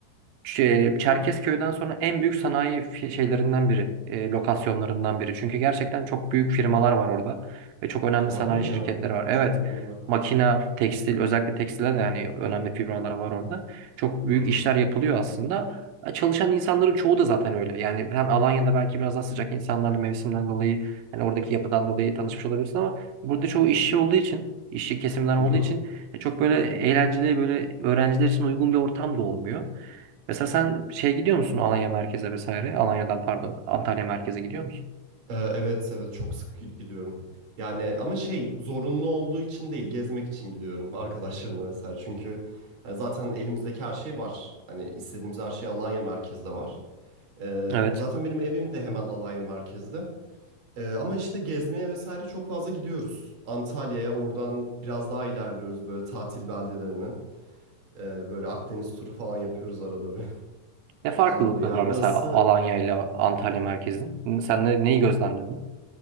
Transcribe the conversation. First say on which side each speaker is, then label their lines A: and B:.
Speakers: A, on the right; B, on the right.
A: Ç- Çerkezköy'den sonra en büyük sanayi fi- şeylerinden biri, e, lokasyonlarından biri. Çünkü gerçekten çok büyük firmalar var orada ve çok önemli
B: Harbi
A: sanayi
B: mi
A: şirketleri
B: ya?
A: var.
B: Hiç
A: Evet,
B: bilmiyordum bak.
A: makina, tekstil, özellikle tekstile de yani önemli firmalar var orada. Çok büyük
B: Hı hı.
A: işler yapılıyor aslında. E, Çalışan insanların çoğu da zaten öyle. Yani sen Alanya'da belki biraz daha sıcak insanlarla mevsimden dolayı, yani oradaki yapıdan dolayı tanışmış olabilirsin ama burada çoğu işçi olduğu için, işçi kesimden olduğu
B: Hı hı.
A: için e, çok böyle eğlenceli, böyle öğrenciler için uygun bir ortam da olmuyor. Mesela sen şey gidiyor musun Alanya merkeze vesaire? Alanya'dan pardon Antalya merkeze gidiyor musun?
B: Ee, evet evet çok sık gi- gidiyorum. Yani ama şey zorunlu olduğu için değil gezmek için gidiyorum arkadaşlarımla vesaire. Çünkü hani zaten elimizdeki her şey var. Hani istediğimiz her şey Alanya merkezde var. Ee,
A: Evet.
B: zaten benim evim de hemen Alanya merkezde. Ee, ama işte gezmeye vesaire çok fazla gidiyoruz. Antalya'ya oradan biraz daha ilerliyoruz böyle tatil beldelerine. Ee, böyle Akdeniz turu falan yapıyoruz arada bir. <laughs>
A: Ne farklılıkları
B: Güzel oluyor.
A: var
B: Ya burası
A: mesela Alanya ile Antalya merkezin? Sen ne, neyi gözlemledin?